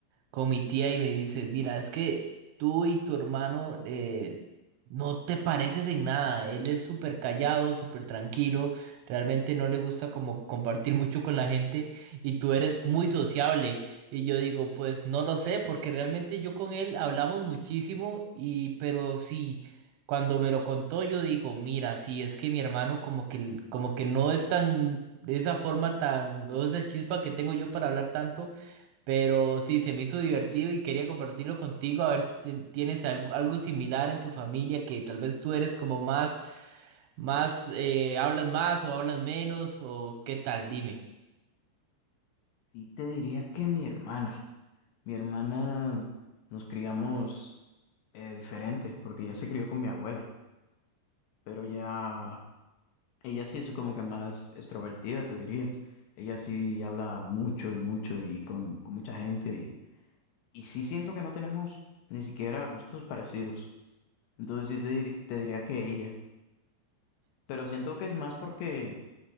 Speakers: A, on the right; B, on the left.
A: con mi tía y me dice, mira, es que tú y tu hermano eh, no te pareces en nada. Él es súper callado, súper tranquilo, realmente no le gusta como compartir <laughs> mucho con la gente y tú eres muy sociable. Y yo digo, pues no lo sé, porque realmente yo con él hablamos muchísimo y pero sí. Cuando me lo contó, yo dijo, mira, sí, es que mi hermano como que, como que no es tan, de esa forma tan, o esa chispa que tengo yo para hablar tanto, pero sí, se me hizo divertido y quería compartirlo contigo, a ver si ten- tienes algo, algo similar en tu familia, que tal vez tú eres como más, más, eh, hablas más o hablas menos, o qué tal, dime.
B: Sí, te diría que mi hermana, mi hermana nos criamos eh, diferentes, porque ella se crió con mi abuela, pero ya, ella sí es como que más extrovertida, te diría. Ella sí habla mucho y mucho y con, con mucha gente, y, y sí siento que no tenemos ni siquiera gustos parecidos. Entonces sí se dir- te diría que ella, pero siento que es más porque